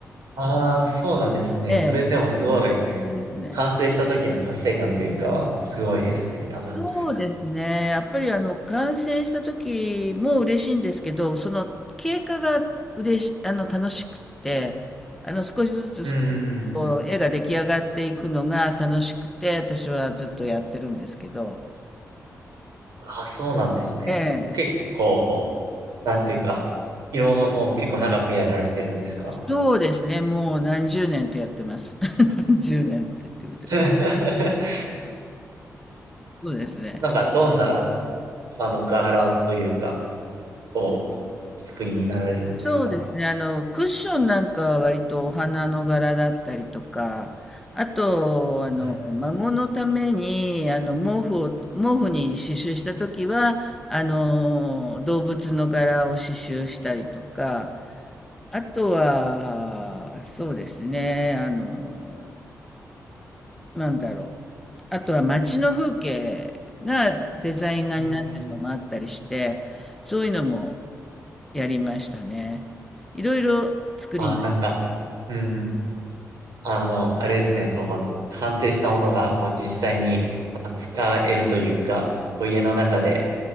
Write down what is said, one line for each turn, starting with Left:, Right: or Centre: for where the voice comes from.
Right: ああ、そうなんですね。
Centre: ええ。
Right: それでもすごい、
Centre: そんな感じですね。
Right: 完成した時の達成感というかは、すごいですね、多分。
Centre: そうですね。やっぱりあの、完成した時も嬉しいんですけど、その経過が嬉し、あの、楽しくって、あの、少しずつ少しずつこう、
Right: うん。
Centre: 絵が出来上がっていくのが楽しくて、私はずっとやってるんですけど、
Right: ああ、そうなんですね。
Centre: ええ、
Right: 結構、なんていうか、いろ、もう結構長くやられてるんですか
Centre: そうですね。もう何十年とやってます。<laughs> 何十年ってって言うとあれ
Right: <laughs>
Centre: そうですね。
Right: なんか、どんな、あの、柄というか、を作りになられるんですか
Centre: そうですね。あの、クッションなんかは割とお花の柄だったりとか、あと、あの、
Right: はい。
Centre: 孫のために、あの、毛布を、毛布に刺繍したときは、あの、動物の柄を刺繍したりとか、あとは、そうですね、あの、なんだろう。あとは街の風景がデザイン画になってるのもあったりして、
Right: うん。
Centre: そういうのも、やりましたね。いろいろ作りました
Right: あ、なんか、うん。あの、あれですね、そこ、完成したものが、こう、実際にまあ使えるというか、こう、家の中で、